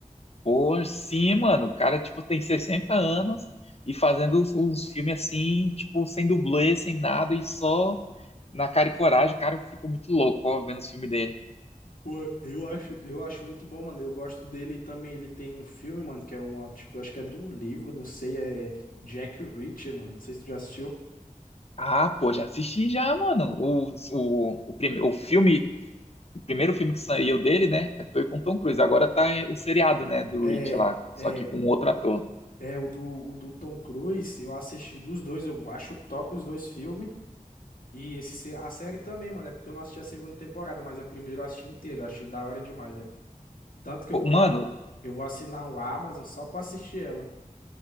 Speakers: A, on the left; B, on the left.
A: Pô, sim, mano. O cara, tipo, tem 60 anos e fazendo os, os filmes assim, tipo, sem dublê, sem nada e só na cara e coragem. Cara, eu fico muito louco, ó, vendo os filmes dele.
B: Pô, eu acho, eu acho muito bom, mano. Eu gosto dele também. Ele tem um filme, mano, que é uma, tipo, acho que é de um livro, não sei, é Jack Reacher, mano. Não sei se tu já assistiu.
A: Ah, pô, já assisti já, mano. O, o, o, prime, o filme, o primeiro filme que saiu dele, né, foi com Tom Cruise. Agora tá eh, o seriado, né, do
B: É,
A: Rich lá, só
B: é,
A: que com outro ator.
B: é o do, o do Tom Cruise. Eu assisti dos dois, eu acho top os dois filmes. E esse, se- a série também, mano, é porque eu não assisti a segunda temporada, mas a primeira eu assisti inteira, eu achei da hora demais, velho. Tanto que
A: Pô,
B: eu vou,
A: mano,
B: eu vou assinar o Amazon só pra assistir ela.